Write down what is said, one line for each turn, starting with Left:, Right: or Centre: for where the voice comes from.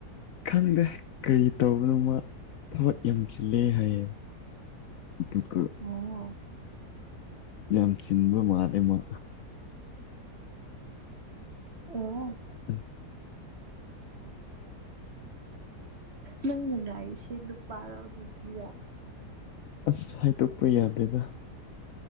Left: ꯈꯪꯗꯦ ꯀ꯭ꯔꯤ ꯇꯧꯕꯅꯣ ꯃꯥ ꯊꯕꯛ ꯌꯥꯝ ꯆꯤꯜꯂꯦ ꯍꯥꯏꯌꯦ ꯑꯗꯨꯒ
Right: ꯑꯣ
Left: ꯌꯥꯝ ꯆꯤꯟꯕ ꯃꯥꯜꯂꯦ ꯃꯥ
Right: ꯑꯣ
Left: <unintelligible>
Right: ꯅꯪꯅ ꯉꯥꯏꯔꯤꯁꯦ ꯅꯨꯄꯥꯔꯣ ꯅꯨꯄꯤꯔ
Left: ꯑꯁ ꯍꯥꯏꯗꯣꯛꯄ ꯌꯥꯗꯦꯗ꯫